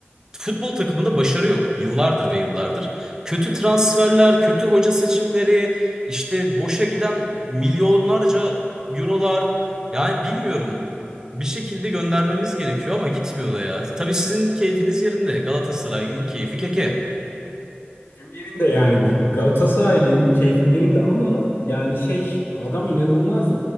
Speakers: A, on the right (about 15°); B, on the left (about 70°).
A: Futbol takımında başarı yok. Yıllardır ve yıllardır. Kötü transferler, kötü hoca seçimleri, işte boşa giden milyonlarca eurolar. Yani bilmiyorum. Bir şekilde göndermemiz gerekiyor ama gitmiyor da ya. Tabii sizin keyfiniz yerinde. Galatasaray'ın keyfi keke.
B: Ben De yani Galatasaraylıyım, keyfim yerinde ama yani şey adam inanılmaz